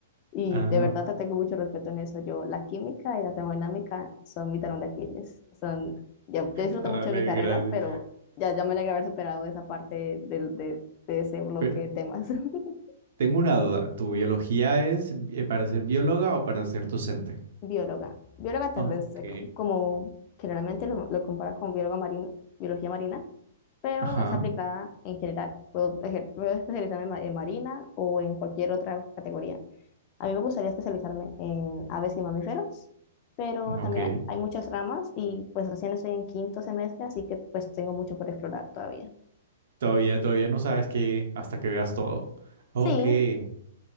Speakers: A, on the left (about 35°); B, on the right (about 65°).
A: Y
B: Ah,
A: de verdad te tengo mucho respeto en eso. Yo, la química y la termodinámica son mi talón de Aquiles. Son, yo, yo disfruto
B: dale,
A: mucho de mi carrera,
B: gracias.
A: pero ya, ya me alegra haber superado esa parte del, de, de ese bloque
B: Pero-
A: de temas. <laughs>
B: Tengo una duda. ¿Tu biología es eh, para ser bióloga o para ser docente?
A: bióloga, bióloga terrestre,
B: Ok.
A: como generalmente lo, lo compara con bióloga marina, biología marina, pero
B: Ajá.
A: es aplicada en general. Puedo, ejer- puedo especializarme en, ma- en marina o en cualquier otra categoría. A mí me gustaría especializarme en aves y mamíferos, pero
B: Ok.
A: también hay muchas ramas y pues recién estoy en quinto semestre, así que pues tengo mucho por explorar todavía.
B: Todavía, todavía no sabes que hasta que veas todo. Ok.
A: Sí,
B: ¿Pero